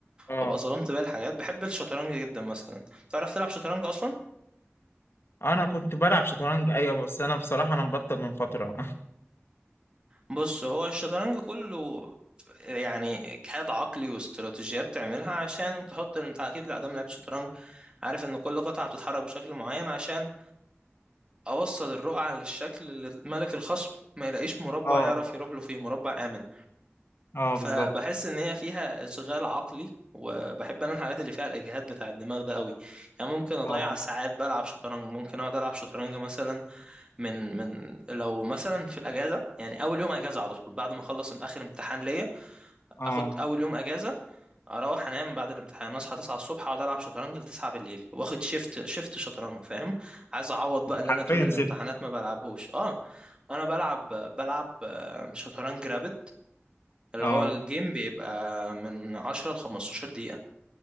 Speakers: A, on the left; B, on the right.
A: اه
B: وابقى ظلمت بقى الحاجات بحب الشطرنج جدا مثلا تعرف تلعب شطرنج اصلا
A: انا كنت بلعب شطرنج ايوه بس انا بصراحه انا مبطل من فتره
B: بص هو الشطرنج كله يعني اجهاد عقلي واستراتيجيات تعملها عشان تحط انت اكيد لا دام لعبت شطرنج عارف ان كل قطعة بتتحرك بشكل معين عشان اوصل الرقعة للشكل اللي ملك الخصم ما يلاقيش مربع
A: اه
B: يعرف يروح له فيه مربع آمن
A: اه
B: فبحس
A: بالظبط
B: ان هي فيها اشغال عقلي وبحب انا الحاجات اللي فيها الاجهاد بتاع الدماغ ده قوي يعني ممكن اضيع
A: اه
B: ساعات بلعب شطرنج ممكن اقعد العب شطرنج مثلا من من لو مثلا في الاجازه يعني اول يوم اجازه على طول بعد ما اخلص من اخر امتحان ليا
A: اه
B: اخد اول يوم اجازه اروح انام بعد الامتحان اصحى 9 الصبح اقعد العب شطرنج ل 9 بالليل واخد شيفت شيفت شطرنج فاهم عايز اعوض بقى اللي
A: حرفيا
B: انا طول الامتحانات
A: شفت
B: ما بلعبهوش اه انا بلعب بلعب آه، شطرنج رابد اللي
A: اه
B: هو الجيم بيبقى من عشرة لخمستاشر دقيقة